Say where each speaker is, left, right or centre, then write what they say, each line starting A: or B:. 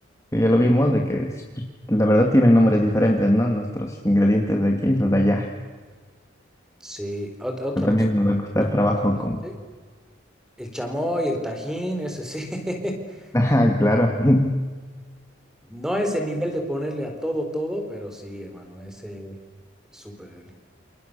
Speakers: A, on the left (about 15°); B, in the centre.
A: que ya lo vimos de que es, pues, la verdad tienen nombres diferentes, ¿no? Nuestros ingredientes de aquí y los de allá.
B: Sí, ot- otra
A: Pero también
B: cosa
A: nos
B: que
A: va
B: me
A: a costar
B: gusta
A: trabajo
B: bastante,
A: como.
B: el chamoy, el tajín, ese sí. <laughs>
A: <laughs> Ajá, claro.
B: Y
A: <laughs>
B: No ese nivel de ponerle a todo, todo, pero sí, hermano, ese es súper. deli.